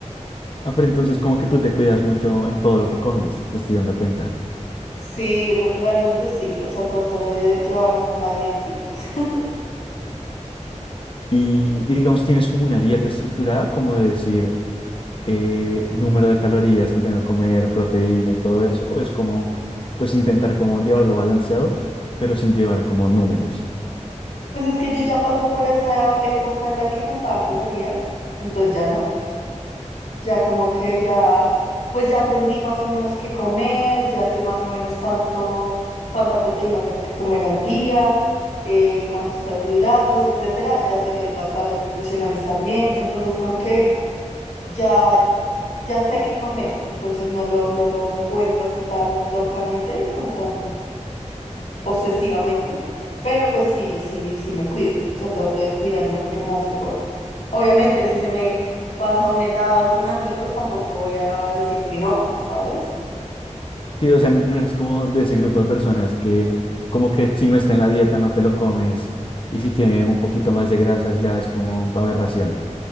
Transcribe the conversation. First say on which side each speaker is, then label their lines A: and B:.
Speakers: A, on the left; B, on the left.
A: Ah, pero entonces como que tú te cuidas mucho en todo lo que comes, me estoy dando cuenta.
B: Sí, re- realmente sí, o sea, trato de llevar una vida fit. <laughs>
A: Y, y digamos, tienes como una dieta estructurada, como de decir eh, número de calorías que tengo que comer, proteína y todo eso, o es como, pues intentar como llevarlo balanceado, pero sin llevar como números.
B: Pues es que yo ya pasé por esa época en la que contaba calorías, entonces ya no. Ya como que ya, pues ya aprendí más o menos qué comer, ya sé más o menos cuánto, cuánta proteína tengo que comer al día, eh, cuántos carbohidratos, etcétera. Ya sé leer las tablas nutricionales también. Entonces como que ya, ya sé qué comer. Entonces no lo, no lo cuento así tan locamente, como tan obsesivamente, pero pues sí, sí, sí me cuido. O sea, trato de cuidarme lo que más que puedo. Obviamente, si se me pasa un helado con amigos, tampoco voy a decir que no, ¿sabes?
A: Sí, o sea, no eres como de ese grupo de personas que como que si no está en la dieta no te lo comes y si tiene un poquito más de grasas ya es como aberración.